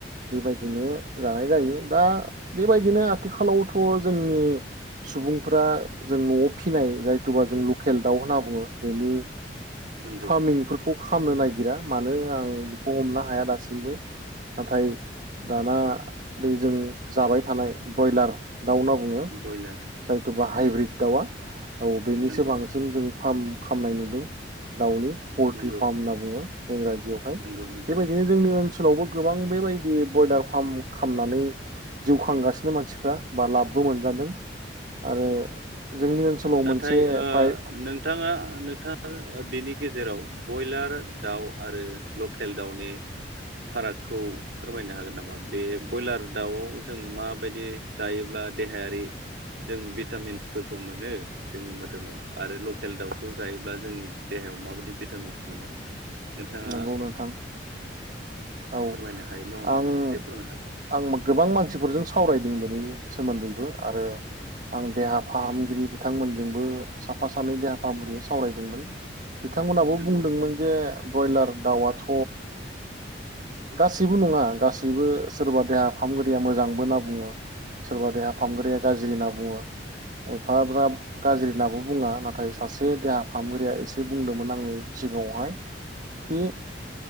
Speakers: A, on the right; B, on the right.
A: बेबाय बिदिनो जानाय जायो दा बेबायदिनो आथिखालावथ' जोंनि सुबुंफ्रा जों न'आव फिनाय जायथुबा जों लकेल दाउ होनना बुङो बेनि
B: नंगौ
A: फार्मिंफोरखौ खालामनो नागिरा मानो आं बेखौ हमनो हाया दासिमबो नाथाय दाना बे जों जाबाय थानाय ब्रयलार दाउ होनना बुङो
B: ब्रयलार
A: जाय थुबा हाइब्रिद दाउवा औ बेनिसो
B: नंगौ
A: बांसिन जों फार्म खामनाय नुदों दाउनि पलट्रि
B: नंगौ
A: फार्म होन्ना बुङो इंराजियावहाय
B: नंगौ नोंथां
A: बेबायदिनो जोंनि ओनसोल ओनसोलावबो गोबां बेबायदि ब्रयलार फार्म खालामनानै जिउ खांगासिनो मानसिफ्रा बा लाबबो मोनजादों आरो जोंनि ओनसोलाव
B: नाथाय
A: मोनसे
B: ओ
A: फ्राय
B: नोंथाङा नोंथाङा बेनि गेजेराव बयलार दाउ आरो लकेल दाउनि फारागखौ फोरमायनो हागोन नामा बे बयलार दाउ जों माबायदि जायोब्ला देहायारि जों भिटामिन्सफोरखौ मोनो जोंनि मोदोमाव आरो लकेल दाउखौ जायोब्ला जोंनि देहायाव माबायदि भिटामिन्स मोनो नोंथाङा
A: नंगौ नोंथां औ
B: फोरमायनो हायोब्ला अननानै
A: आं
B: एसे फोरमायनो हागोन
A: आं गोबां मानसिफोरजों सावरायदों बेनि सोमोन्दैबो आरो आं देहा फाहामगिरि बिथांमोनजोंबो साफा सानै देहा फाहामगिरि सावरायदोंमोन बिथांमोनहाबो
B: नंगौ
A: बुंदोंमोन जे ब्रयलार दाउआथ गासैबो नङा गासैबो सोरबा देहा फाहामगिरिया मोजांबो होनना बुङो सोरबा देहा फाहामगिया गाज्रि होनना बुङो एफाग्राब गाज्रि होनाबो बुङा नाथाय सासे देहा फारिहामगिरिया एसे बुंदोंमोन आंनि सिगाङावहाय खि